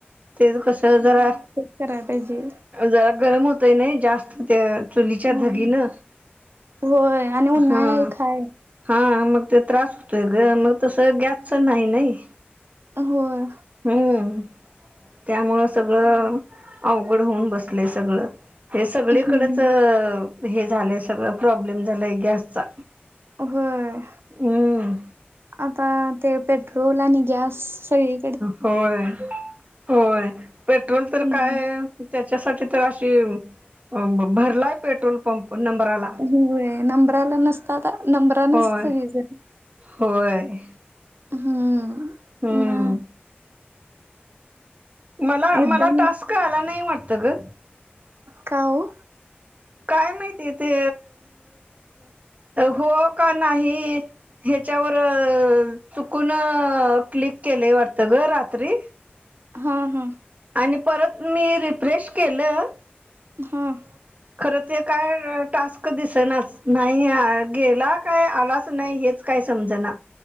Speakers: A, on the right; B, on the right.
A: तेच कसं जरा
B: करायला पाहिजे.
A: जरा गरम होतंय नाही जास्त त्या चुलीच्या
B: होय
A: धगीनं.
B: होय. आणि उन्हाळा
A: हा
B: एक हाय
A: हा मग ते त्रास होतोय ग मग तसं गॅसच नाही नाही.
B: होय.
A: हम्म त्यामुळं सगळं अवघड होऊन बसलंय सगळं. हे सगळीकडचं
B: हम्म
A: हे झालंय सगळं प्रॉब्लेम झालाय गॅसचा.
B: होय
A: हम्म
B: आता ते पेट्रोल आणि गॅस सगळी
A: होय होय पेट्रोल तर
B: हम्म.
A: काय त्याच्यासाठी तर अशी ब भरलाय पेट्रोल पंप नंबराला.
B: होय आता नंबरला नसता तर नंबरान
A: होय
B: सगळीजण.
A: होय.
B: हम्म
A: हम्म
B: मग.
A: मला
B: एकदा
A: मला टास्क आला नाही वाटतं ग?
B: का ओ?
A: काय माहिती ते हो का नाही ह्याच्यावर चुकून क्लिक केलेय वाटतंय गं रात्री.
B: हा हा.
A: आणि परत मी रिफ्रेश केलं.
B: हम्म.
A: खरं ते काय टास्क दिसनाचं नाही आ गेला काय आलाचं नाही हेच च काय समजना.